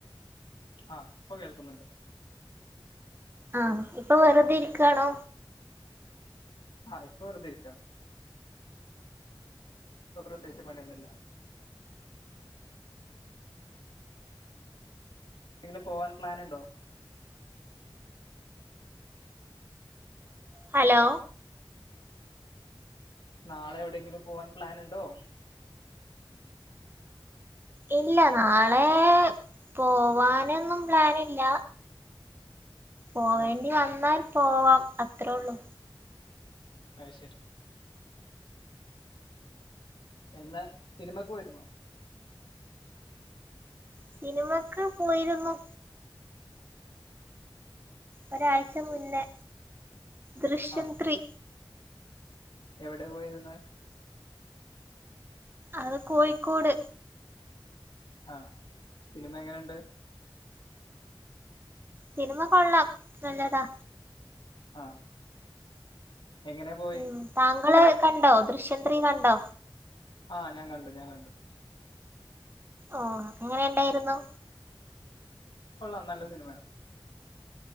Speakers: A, on the left; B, on the right.
A: ആഹ് ഇപ്പൊ കേൾക്കുന്നുണ്ട്
B: ആഹ ഇപ്പൊ വെറുതെ ഇരിക്കുയാണോ
A: ആഹ ഇപ്പൊ വെറുതെ ഇരിക്ക ഇപ്പൊ പ്രത്യേകിച്ച് പണിയൊന്നുമില്ല എങ്കിലും പോവാൻ പ്ലാനുണ്ടോ
B: ഹലോ
A: നാളെ എവിടെയെങ്കിലും പോവാൻ പ്ലാനുണ്ടോ
B: ഇല്ല നാളെ പോവാനൊന്നും പ്ലാനില്ല പോവേണ്ടി
A: ആ
B: വന്നാൽ പോവാം അത്രേ ഉള്ളൂ
A: ആ ശരി എന്നാ സിനിമക്കെ പോയിരുന്നോ
B: സിനിമക്ക് പോയിരുന്നു ഒരാഴ്ച മുന്നേ ദൃശ്യം
A: ആ.
B: ത്രീ
A: എവിടെ പോയിരുന്ന
B: അത് കോഴിക്കോട്
A: ആഹ സിനിമ എങ്ങനെുണ്ട്
B: സിനിമ കൊള്ളാം നല്ലതാ
A: ആഹ എങ്ങനൊ പോയ
B: ഉം താങ്കള് കണ്ടോ ദൃഷ്യന്ത്ത്രീ കണ്ടോ
A: ആഹ ഞാൻ കണ്ടു ഞാൻ കണ്ടു
B: ഓ അങ്ങനെ ഉണ്ടായിരുന്നു
A: കൊള്ളാം നല്ല സിനിമയ